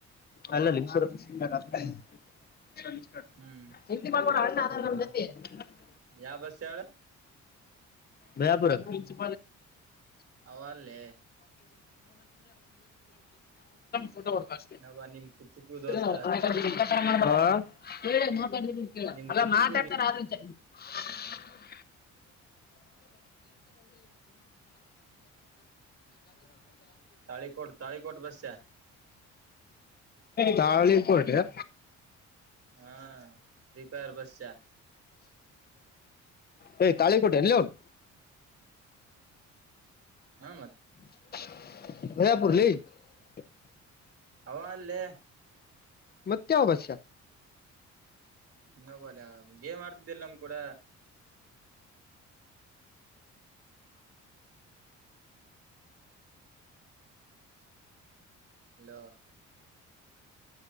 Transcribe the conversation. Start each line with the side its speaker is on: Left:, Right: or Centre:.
Left: ಅಲ್ಲೇ ಲಿಂಗಸೂರು <unintelligible>
Right: ಹ್ಮ್
Left: <unintelligible>
Right: ಯಾವ ಬಸ್ ಹೇಳು
Left: ಮಾಯಾಪುರು <unintelligible> <unintelligible>
Right: ಅವ ಅಲ್ಲೇ
Left: ಫೋಟೋ ವಾದು ಕಳಿಸ್ತೇನೆ
Right: ನವ ನಿಮ್ ಕುಚುಕು ದೋಸ್ತ
Left: <unintelligible> ಹಾ ಕೇಳು
Right: ನಿಮ್ ಕುಚುಕು
Left: ಮಾತಾಡ್ತಾರ ಆದ್ರು ಕೇಳು <unintelligible> <unintelligible> <unintelligible> <unintelligible>
Right: ತಾಳಿಕೋಟ್ ತಾಳಿಕೋಟ್ ಬಸ್ಸ
Left: ತವಳೆ ಕೊಡ್ರಿ <unintelligible>
Right: ಹಾ ರಿಪೇರ್ ಬಸ್
Left: ಹೇ ತಾಳಿ ಕೋಟ್ಟೆ ಲೇಔನ್
Right: ಹಾ ಮತ್
Left: <unintelligible>
Right: ಅವ ಅಲಾ ಲೀ
Left: ಮತ್ತ ಯಾವ ಬಸ್
Right: ಇನ್ನೋಬಲ್ಯ ಗೇಮ್ ಆಡ್ತಿದ್ದಿಲ್ಲ ನಮ ಕೂಡ ಹೆಲೋ